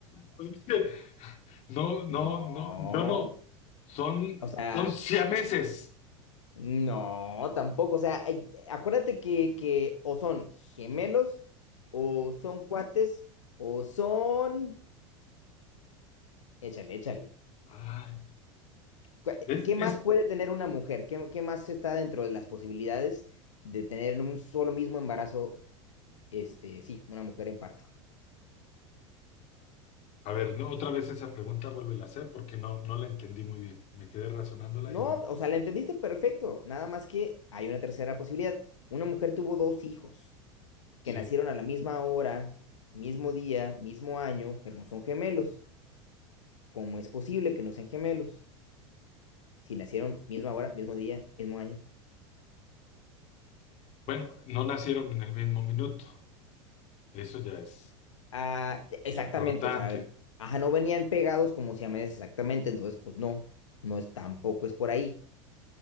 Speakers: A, on the left; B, on the left.
A: pues es que No, no,
B: No,
A: no, yo no. Son,
B: o sea,
A: son siameses.
B: no, tampoco. O sea, ay, acuérdate que, que o son gemelos, o son cuates, o son... Échale, échale.
A: Ay,
B: cu-
A: es,
B: ¿Qué
A: es,
B: más puede tener una mujer? ¿Qué, qué más está dentro de las posibilidades de tener en un solo mismo embarazo, este, sí, una mujer en parto?
A: a ver, no, otra vez esa pregunta vuelve a hacer porque no, no la entendí muy bien. Me quedé razonándola
B: No,
A: y no.
B: o sea, la entendiste perfecto. Nada más que hay una tercera posibilidad. Una mujer tuvo dos hijos
A: Sí.
B: que nacieron a la misma hora, mismo día, mismo año, pero no son gemelos. ¿Cómo es posible que no sean gemelos? Si nacieron misma hora, mismo día, mismo año.
A: Bueno, no nacieron en el mismo minuto. Eso ya es
B: Ah, e, exactamente,
A: importante.
B: o sea, ajá, no venían pegados como siameses exactamente, entonces pues no, no es tampoco es por ahí.